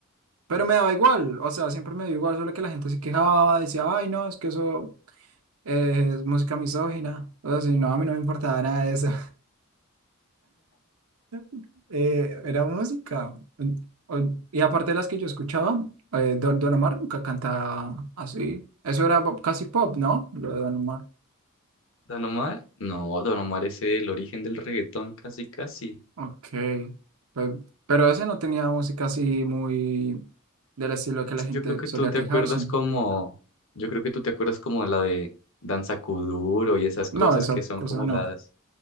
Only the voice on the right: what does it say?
Pero me daba igual, o sea, siempre me dio igual, solo que la gente se quejaba, decía, ay, no, es que eso eh, es música misógina. O sea, si no, a mí no me importaba nada de eso. <laughs> Eh, era música. O- Y aparte de las que yo escuchaba, eh, Don, Don Omar nunca cantaba así. Eso era bo- casi pop, ¿no? Lo de Don Omar.
Ok. Pues, pero ese no tenía música así muy del estilo que
la
gente
solía
quejarse.
No,
esa
cosa
no.